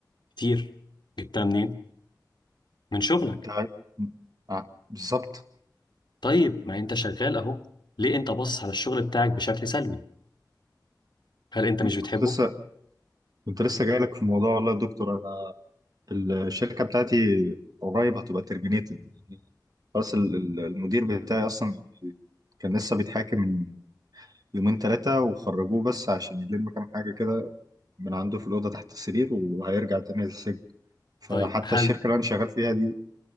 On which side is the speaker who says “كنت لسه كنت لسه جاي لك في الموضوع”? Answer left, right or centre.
Right